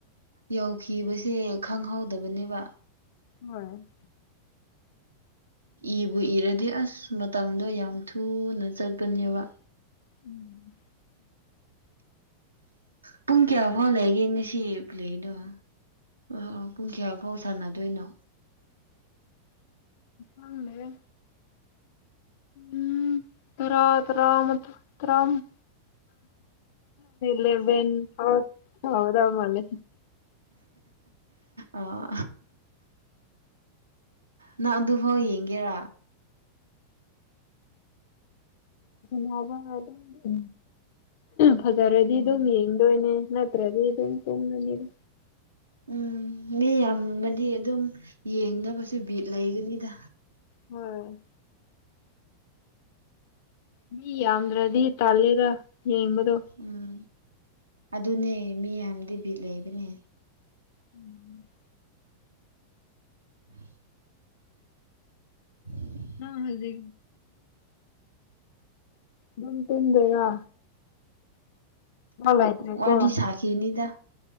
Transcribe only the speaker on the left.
ꯍꯣꯏ
ꯎꯝ
ꯝꯃꯦ ꯎꯝ ꯔ ꯔꯥ ꯇꯝ ꯂꯩꯕꯦꯟ ꯍꯥꯎꯗ ꯃꯅꯦ
ꯅꯕ ꯎ ꯐꯖꯔꯗꯤ
ꯑꯗꯨꯝ ꯌꯦꯡꯗꯣꯏꯅꯦ ꯅꯠꯇ꯭ꯔꯗꯤ ꯑꯗꯨꯝ ꯇꯨꯡꯉꯅꯤꯗ
ꯍꯣꯏ ꯃꯤ ꯌꯥꯝꯗ꯭ꯔꯗꯤ ꯇꯥꯜꯂꯦꯒ ꯌꯦꯡꯕꯗꯣ
ꯎꯝ
ꯑ ꯍꯧꯖꯤ ꯑꯗꯨꯝ ꯇꯝꯗꯦꯔ ꯂꯩꯇ꯭ꯔꯦꯀꯣ
ꯑ.